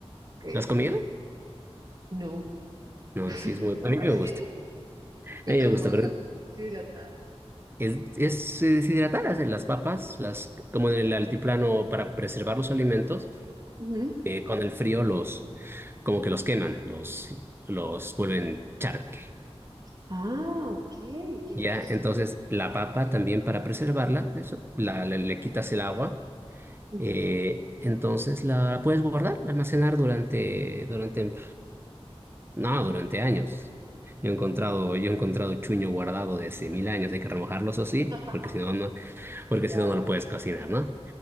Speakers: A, on the right; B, on the right.
A: ok,
B: ¿Lo has
A: ok.
B: comido?
A: No,
B: No,
A: <laughs>
B: sí es muy...
A: sabes
B: A mí me gusta.
A: que no. ¿Y
B: A mí
A: cómo
B: me gusta,
A: es
B: pero
A: la deshidratada?
B: es, es eh, deshidratadas eh, las papas, las, como en el altiplano para preservar los alimentos,
A: Ujú.
B: eh, con el frío los, como que los queman, los, los vuelven charque.
A: Ah, ok, qué interesante.
B: Ya, entonces la papa también para preservarla, eso, la, le, le quitas el agua,
A: Ujú,
B: eh, entonces la puedes guardar, almacenar durante, durante No, durante años. Yo he encontrado,
A: sí.
B: yo he encontrado chuño guardado de hace mil años, hay que remojarlos así,
A: <laughs>
B: porque si no, no, porque
A: Wow,
B: si no, no lo puedes cocinar, ¿no?